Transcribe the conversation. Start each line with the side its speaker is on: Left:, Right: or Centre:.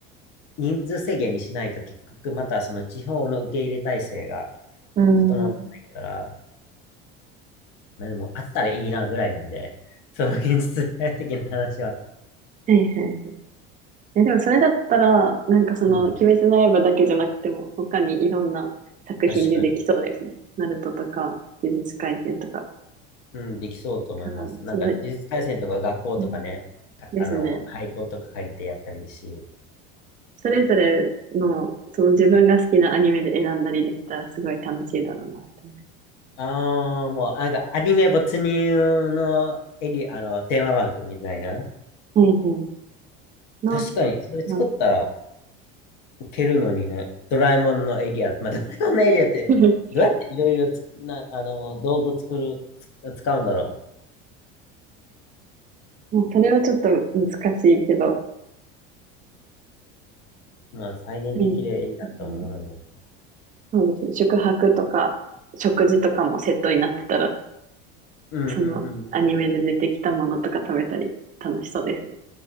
Left: 人数制限にしないと結局またその地方の受け入れ体制が
Right: うん。
Left: 整わないから、
Right: は
Left: まあでもあったらいいなぐらいなんで、その現実的な話は、
Right: いはいはい。え、でもそれだったら、なんかその、
Left: うん、
Right: 鬼滅の刃だけじゃなくても、他にいろんな作品でできそうですね。
Left: 確かに。
Right: ナルトとか、呪術廻戦とか。
Left: うん、できそうと思います。
Right: だから、
Left: なんか、
Right: その、
Left: 呪術廻戦とか学校とかね、
Right: うん、
Left: かあの、
Right: ですね。
Left: 廃校とか借りてやったらいいし。
Right: それぞれの、その自分が好きなアニメで選んだりできたら、すごい楽しいだろうなって思います。
Left: ああ、もう、なんか、アニメ没入のエリ、あの、テーマパークみたいな。
Right: はいはい。な、
Left: 確かに、それ作ったら
Right: まあ
Left: 受けるのにね。ドラえもんのエリア、まあ、ドラえもんのエリアって、
Right: <laughs>
Left: どうやっていろいろつく、な、あの、道具作る、つ使うんだろ
Right: まあ、それはちょっと難しいけど、
Left: う。まあ、再現できるエリアと思うよ。
Right: でも、うん、そうですね。宿泊とか、食事とかもセットになってたら、
Left: うんうんうん。
Right: そのアニメで出てきたものとか食べたり楽しそうですね。